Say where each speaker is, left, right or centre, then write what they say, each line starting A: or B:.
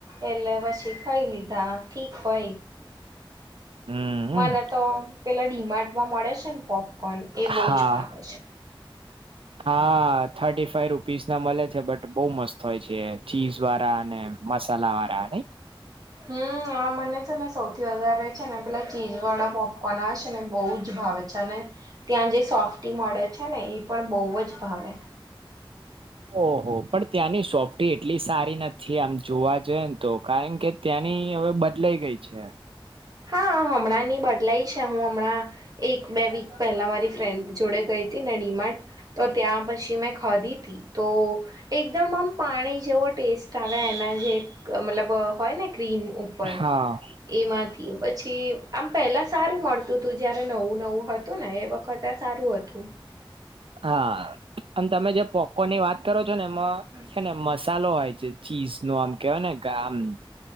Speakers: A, on the right; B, on the right.
A: એટલે પછી ખઈ લીધા ઠીક હોય.
B: હમ
A: મને તો પેલા ડીમાર્ટમાં મળે છે, ને પોપકોર્ન એ બો
B: હા
A: જ ભાવે છે.
B: હા થર્ટી ફાઈવ રૂપીસ ના મળે છે બટ બઉુ મસ્ત હોય છે ચીઝ વાળા, અને મસાલા વાળા નઈ.
A: હા. હમ આ મને છે ને સૌથી વધારે છે ને પેલા ચીઝ વાળા પોપકોર્ન આવે શે ને બહુ જ ભાવે, છે ને ત્યાં જે સોફ્ટી મડે છે ને એ પણ બહુ જ ભાવે.
B: ઓહો પણ ત્યાંની સોફ્ટી એટલી સારી નથી આમ જોવા જોઈએ તો કારણ કે ત્યાંની હવે બદલાઈ ગઈ છે.
A: હા હમણાં ની બદલાઈ છે હું હમણાં, એક બે વીક પહેલા મારી ફ્રેન્ડ જોડે ગઈ હતી ને ડીમાર્ટ, તો ત્યાં પછી મેં ખાધી હતી તો, એકદમ આમ પાણી જેવો ટેસ્ટ આવે એના જે મતલબ હોય ને ક્રીમ ઉપ પર
B: હા.
A: એ માથી પછી આમ પહેલાં સારું મળતું હતું જ્યારે નવું નવું હતું ને એ વખતે આ સારું હતું.
B: હા અને તમે જે પોપકો ની વાત કરો છો ને એમાં,
A: <inaudible>
B: છે ને મસાલો હોય છે ચીઝ નો આમ કેવાય ને કે આમ,